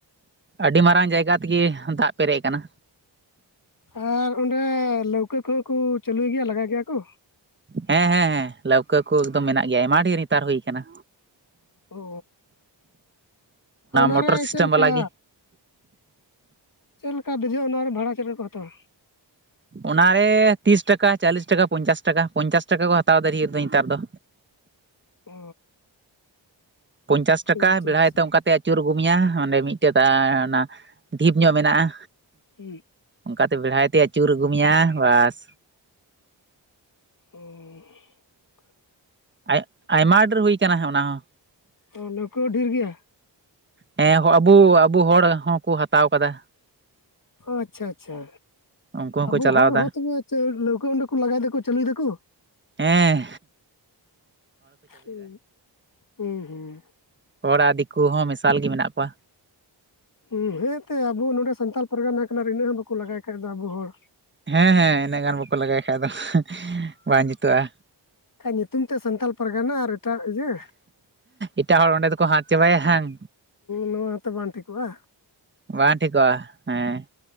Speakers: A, on the right; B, on the left.
A: ᱟᱹᱰᱤ ᱢᱟᱨᱟᱝ ᱡᱟᱭᱜᱟ ᱛᱮᱜᱤ ᱫᱟᱜ ᱯᱮᱨᱮᱡ ᱟᱠᱟᱱᱟ᱾
B: ᱟᱨ ᱚᱸᱰᱮ ᱞᱟᱹᱣᱠᱟᱹ ᱠᱚᱦᱚᱸ ᱠᱩ ᱪᱟᱹᱞᱩᱭ ᱜᱮᱭᱟ ᱞᱟᱜᱟᱭ ᱜᱮᱭᱟ ᱠᱩ?
A: ᱦᱮᱸ ᱦᱮᱸ ᱦᱮᱸ, ᱞᱟᱹᱣᱠᱟᱹ ᱠᱚ ᱮᱠᱫᱚᱢ ᱢᱮᱱᱟᱜ ᱜᱮᱭᱟ ᱟᱭᱢᱟ ᱰᱷᱮᱨ ᱱᱮᱛᱟᱨ ᱦᱩᱭ ᱟᱠᱟᱱᱟ᱾
B: ᱚᱻ ᱚᱱᱟ
A: ᱢᱚᱴᱚᱨ
B: ᱨᱮ
A: ᱥᱤᱥᱴᱮᱢ
B: ᱪᱮᱞᱠᱟ?
A: ᱵᱟᱞᱟ ᱜᱮ
B: ᱪᱮᱫ ᱞᱮᱠᱟ ᱫᱮᱡᱚᱜ ᱚᱱᱟᱨᱮ ᱵᱷᱟᱲᱟ ᱪᱮᱫ ᱞᱮᱠᱟ ᱠᱚ ᱦᱟᱛᱟᱣᱟ?
A: ᱚᱱᱟᱨᱮ ᱛᱤᱥ ᱴᱟᱠᱟ ᱪᱟᱞᱤᱥ ᱴᱟᱠᱟ ᱯᱚᱧᱪᱟᱥ ᱴᱟᱠᱟ, ᱯᱚᱧᱪᱟᱥ ᱴᱟᱠᱟ ᱠᱚ ᱦᱟᱛᱟᱣ ᱰᱷᱮᱨ ᱫᱚ ᱱᱮᱛᱟᱨ ᱫᱚ᱾
B: ᱚ᱾
A: ᱯᱚᱧᱪᱟᱥ
B: ᱯᱚᱧᱪᱟᱥ
A: ᱴᱟᱠᱟ ᱵᱮᱲᱦᱟᱭ ᱛᱮ ᱚᱱᱠᱟ ᱛᱮ ᱪᱩᱨ ᱜᱩᱢᱭᱟ ᱚᱸᱰᱮ ᱢᱤᱜᱴᱮᱴᱟ ᱚᱱᱟ ᱰᱷᱤᱯ ᱧᱚᱜ ᱢᱮᱱᱟᱜᱼᱟ᱾
B: ᱩᱸ᱾
A: ᱚᱱᱠᱟᱛᱮ ᱵᱮᱲᱦᱟᱭ ᱛᱮ ᱟᱹᱪᱩᱨ ᱟᱹᱜᱩ ᱢᱮᱭᱟ ᱵᱟᱥ᱾
B: <inaudible>
A: ᱟᱭ-ᱟᱭᱢᱟ ᱰᱮᱨ ᱦᱩᱭ ᱠᱟᱱᱟ ᱦᱟᱜ ᱚᱱᱟ ᱦᱚᱸ᱾
B: ᱛᱚ ᱞᱟᱹᱣᱠᱟᱹ ᱰᱷᱤᱨ ᱜᱮᱭᱟ?
A: ᱦᱮᱸ ᱟᱵᱚ ᱟᱵᱚ ᱦᱚᱲ ᱦᱚᱸᱠᱚ ᱦᱟᱛᱟᱣ ᱠᱟᱫᱟ᱾
B: ᱟᱪᱪᱷᱟ ᱟᱪᱪᱷᱟ,
A: ᱩᱱᱠᱩ ᱦᱚᱸᱠᱚ
B: ᱟᱵᱚ
A: ᱪᱟᱞᱟᱣ
B: ᱦᱚᱲ
A: ᱮᱫᱟ
B: ᱦᱚᱸ ᱛᱚᱵᱮ ᱞᱟᱹᱣᱠᱟᱹ ᱚᱸᱰᱮ ᱠᱚ ᱞᱟᱜᱟᱭ ᱫᱟᱠᱚ ᱪᱟᱹᱞᱩᱭ ᱫᱟᱠᱚ?
A: ᱮᱸ᱾
B: ᱦᱮᱸ ᱦᱩᱸ ᱦᱩᱸ᱾
A: ᱦᱚᱲ ᱟᱨ ᱫᱤᱠᱩ ᱦᱚᱸ ᱢᱮᱥᱟᱞ ᱜᱮ ᱢᱮᱱᱟᱜ ᱠᱚᱣᱟ᱾
B: ᱦᱩᱸ ᱦᱮᱸᱛᱮ ᱟᱵᱚ ᱱᱚᱰᱮ ᱥᱟᱱᱛᱟᱞ ᱯᱟᱨᱜᱟᱱᱟ ᱠᱟᱱᱟ ᱟᱨ ᱤᱱᱟᱹᱜ ᱦᱚᱸ ᱵᱟᱠᱚ ᱞᱟᱜᱟᱭ ᱠᱷᱟᱡ ᱫᱚ ᱟᱵᱚ ᱦᱚᱲ᱾
A: ᱦᱮᱸ ᱦᱮᱸ ᱤᱱᱟᱹᱜ ᱜᱟᱱ ᱵᱟᱠᱚ ᱞᱟᱜᱟᱭ ᱠᱷᱟᱡ ᱫᱚ ᱵᱟᱝ ᱡᱩᱛᱩᱜᱼᱟ᱾
B: ᱠᱷᱟ ᱧᱤᱛᱩᱢ ᱛᱮᱜ ᱥᱟᱱᱛᱟᱞ ᱯᱟᱨᱜᱟᱱᱟ ᱟᱨ ᱮᱴᱟᱜ ᱤᱭᱟᱹ᱾
A: ᱮᱴᱟᱜ ᱦᱚᱲ ᱚᱸᱰᱮ ᱫᱚᱠᱚ ᱦᱟᱛ ᱪᱟᱵᱟᱭᱟ ᱦᱟᱝ᱾
B: ᱱᱚᱣᱟ ᱦᱚᱸᱛᱚ ᱵᱟᱝ ᱴᱷᱤᱠᱚᱜᱼᱟ᱾
A: ᱵᱟᱝ ᱴᱷᱤᱠᱚᱜᱼᱟ ᱦᱮᱸ